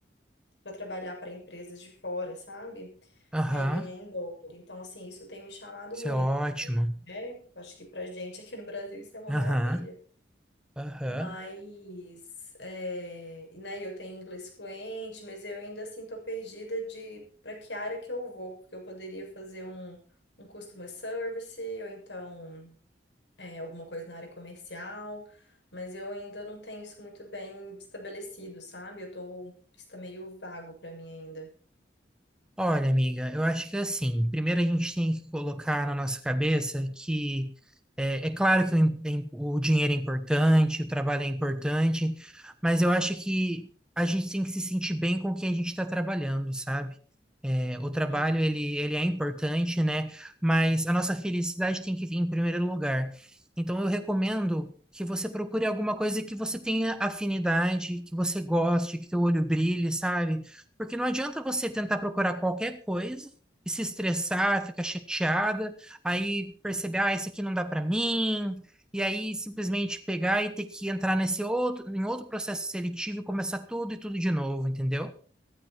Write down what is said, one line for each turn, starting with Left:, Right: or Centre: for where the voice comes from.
Left: para trabalhar para empresas de fora, sabe?
Centre: aham.
Left: Né, e ganhar em dólar. Então, assim, isso tem me chamado
Centre: Isso
Left: muito.
Centre: é ótimo.
Left: Eu, né? Acho que para gente aqui no Brasil isso é uma
Centre: Aham,
Left: maravilha.
Centre: aham.
Left: Mas, é, e, né, eu tenho inglês fluente, mas eu ainda assim tô perdida de para que área que eu vou, porque eu poderia fazer um, um customer service, ou então é, alguma coisa na área comercial, mas eu ainda não tenho isso muito bem estabelecido, sabe? Eu tô, isso tá meio vago pra mim ainda.
Centre: Olha, amiga, eu acho que assim, primeiro a gente tem que colocar na nossa cabeça que é, é claro que o, im- é im- o dinheiro é importante, o trabalho é importante, mas eu acho que a gente tem que se sentir bem com o que a gente está trabalhando, sabe? É, o trabalho
Left: Sim.
Centre: ele, ele é importante, né? Mas a nossa felicidade tem que vir em primeiro lugar. Então, eu recomendo que você procure alguma coisa que você tenha afinidade, que você goste, que teu olho brilhe, sabe? Porque não adianta você tentar procurar qualquer coisa e se estressar, ficar chateada, aí perceber, ah, isso aqui não dá para mim, e aí simplesmente pegar e ter que entrar nesse outro, em outro processo seletivo e começar tudo e tudo de novo, entendeu?